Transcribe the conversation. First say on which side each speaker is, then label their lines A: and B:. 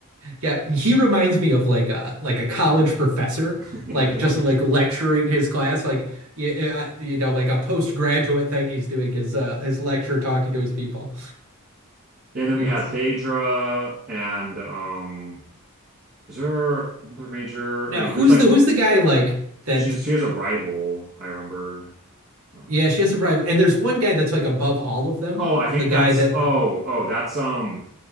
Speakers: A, on the right; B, on the right.
A: yeah, he reminds me of like a like a college professor,
B: <laughs>
A: like just like lecturing his class, like you, you know, like a postgraduate thing he's doing his uh his lecture talking to his people.
B: And then
A: That's
B: we have Daedra and um is there another major?
A: now
B: I mean,
A: who's
B: there's like
A: the who's the guy like that
B: she's she has a rival, I remember. Um,
A: yeah, she has a rival. And there's one guy that's like above all of them,
B: Oh, I think
A: the guy
B: that's
A: that
B: oh, oh, that's um